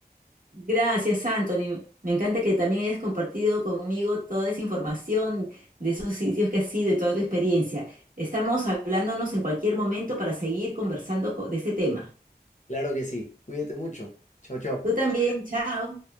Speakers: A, on the right; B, on the left.
A: Gracias, Anthony. Me encanta que también hayas compartido conmigo toda esa información de esos sitios que has ido y toda tu experiencia. Estamos hablándonos en cualquier momento para seguir conversando co- de este tema.
B: Claro que sí. Cuídate mucho. Chao, chao.
A: Tú también, chao.